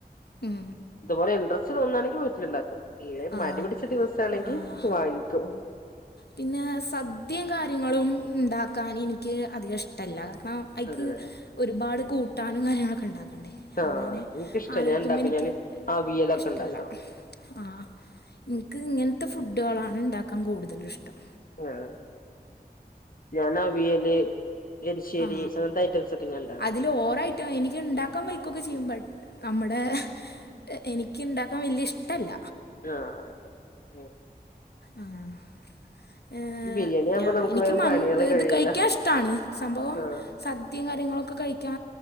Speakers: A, on the left; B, on the left.
A: ഉം
B: ഇതുപോലെ ഇൻട്രസ്റ്റ് തോന്നാണെങ്കി വീട്ടിലുണ്ടാക്കും ഇല്ലേ
A: ആ
B: മടി പിടിച്ച ദിവസാണെങ്കി
A: ആ
B: വാങ്ങിക്കും
A: പിന്നെ സദ്യ കാര്യങ്ങളും ഇണ്ടാക്കാൻ എനിക്ക് അധികം ഇഷ്ടല്ല കാർണം അയിക്ക്
B: അതെ
A: ഒരുപാട് കൂട്ടാനും കാര്യങ്ങളൊക്കെ ഇണ്ടാക്കണ്ടേ
B: ആഹ്
A: അങ്ങനെ
B: എനിക്കിഷ്ടാ
A: ആലോയിക്കുമ്പോ
B: ഞാൻ ഇണ്ടാക്കും
A: എനിക്ക്
B: ഞാന് അവിയലൊക്കെ
A: ഇഷ്ടല്ല
B: ഇണ്ടാക്കും
A: ആഹ് എന്ക്ക് ഇങ്ങനത്തെ ഫുഡാളാണ് ഇണ്ടാക്കാ കൂടുതലും ഇഷ്ടം
B: ആഹ് ഞാനാ അവിയല് എരിശ്ശേരി
A: ആ
B: അങ്ങനത്തെ ഐറ്റംസക്കെ ഞാൻ ഇണ്ടാക്കും
A: അതിൽ ഓവറായിട്ട് എനിക്ക് ഇണ്ടാക്കാൻ ബൈക്കൊക്കെ ചെയ്യും ബട്ട് നമ്മടെ എനിക്ക്ണ്ടാക്കാൻ വല്യേ ഇഷ് ട്ടല്ല
B: ആഹ് ആഹ്
A: ആഹ് ഏഹ്
B: ഈ ബിരിയാണി ആവുമ്പോ
A: ഞാ
B: നമുക്ക്
A: എനിക്ക്
B: വേഗം
A: മ
B: പണികള് കഴിയല്ലോ
A: ഇത് കഴിക്കാൻ ഇഷ്ടാണ് സംഭവം
B: ആഹ്
A: സദ്യ കാര്യങ്ങളൊക്കെ കഴിക്കാ